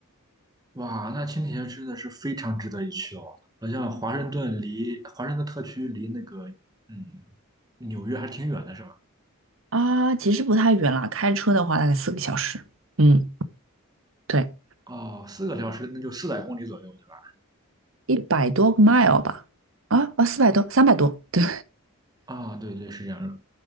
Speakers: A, on the right; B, on the right.
A: 哇，那青铁真的是非常值得一去哦，好像华盛顿离华盛顿特区离那个嗯纽约还挺远的，是吧？
B: 啊，其实不太远啦，开车的话大概四个小时。嗯，对，
A: 哦，四个小时那就四百公里左右，对吧？
B: 一百多个 mile 吧。啊啊，四百多，三百多。对
A: 啊、对对，是这样的。